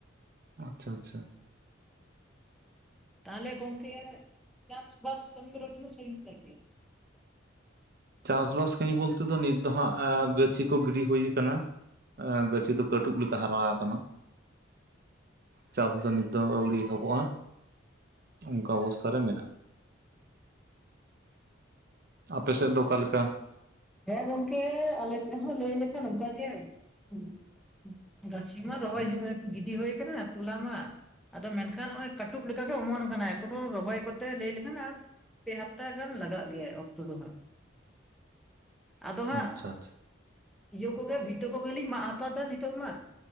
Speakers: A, on the right; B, in the centre.
A: ᱟᱪᱪᱷᱟ ᱟᱪᱪᱷᱟ ᱾
B: ᱛᱟᱦᱚᱞᱮ ᱜᱚᱝᱠᱮᱭᱟᱜ ᱪᱟᱥ ᱵᱟᱥ ᱠᱟᱹᱢᱤ ᱠᱚᱫᱚ ᱛᱤᱱ ᱥᱟᱹᱜᱤᱧ ᱠᱮᱫᱟ ᱯᱮ?
A: ᱪᱟᱥᱵᱟᱥ ᱠᱟᱹᱢᱤ ᱵᱳᱞᱛᱮ ᱫᱚ ᱱᱤᱛ ᱫᱚ ᱦᱟᱸᱜ ᱜᱟᱹᱪᱷᱤ ᱠᱚ ᱜᱤᱰᱤ ᱦᱩᱭ ᱠᱟᱱᱟ ᱾ ᱟᱹ ᱜᱟᱹᱪᱷᱤ ᱫᱚ ᱠᱟᱹᱴᱩᱵ ᱞᱮᱠᱟ ᱦᱟᱨᱟ ᱟᱠᱟᱱᱟ᱾ ᱪᱟᱥ ᱫᱚ ᱱᱤᱛᱚᱜ ᱦᱚᱸ ᱟᱹᱣᱲᱤ ᱮᱦᱚᱵᱚᱜᱼᱟ ᱚᱱᱠᱟ ᱚᱵᱚᱥᱛᱟ ᱨᱮ ᱢᱮᱱᱟᱜᱼᱟ ᱾ ᱟᱯᱮᱥᱮᱫ ᱫᱚ ᱚᱠᱟᱞᱮᱠᱟ?
B: ᱦᱮᱸ ᱜᱚᱝᱠᱮ ᱟᱞᱮ ᱥᱮᱜ ᱦᱚᱸ ᱞᱟᱹᱭ ᱞᱮᱠᱷᱟᱱ ᱚᱱᱠᱟ ᱜᱮ ᱾ ᱜᱟᱹᱪᱷᱤ ᱢᱟ
A: ᱟᱪᱪᱷᱟ
B: ᱨᱚᱦᱚᱭᱠᱮᱫᱟ ᱜᱤᱫᱤ ᱦᱩᱭ ᱠᱟᱱᱟ ᱛᱚᱞᱟ ᱢᱟ ᱾ ᱟᱫᱚ ᱢᱮᱱᱠᱷᱟᱱ ᱱᱚᱜ-ᱚᱭ ᱠᱟᱹᱴᱩᱵ ᱞᱮᱠᱟᱜᱮ ᱚᱢᱚᱱ ᱟᱠᱟᱱᱟ ᱮᱠᱷᱚᱱᱚ ᱨᱚᱦᱚᱭ ᱠᱚᱛᱮ ᱞᱟᱹᱭ ᱞᱮᱠᱷᱟᱱ ᱟᱨ ᱯᱮ ᱦᱟᱯᱛᱟ ᱜᱟᱱ ᱞᱟᱜᱟᱜ ᱜᱮᱭᱟ ᱚᱠᱛᱚ ᱫᱚ ᱦᱟᱸᱜ, ᱟᱫᱚ
A: ᱟᱪᱪᱷᱟ
B: ᱦᱟᱸᱜ
A: ᱟᱪᱪᱷᱟ
B: ᱤᱭᱟᱹ ᱠᱚᱜᱮ ᱵᱷᱤᱴᱟᱹ ᱠᱚᱜᱮᱞᱤᱧ ᱢᱟᱜ ᱦᱟᱛᱟᱲ ᱫᱟ ᱱᱤᱛᱚᱜ ᱢᱟ,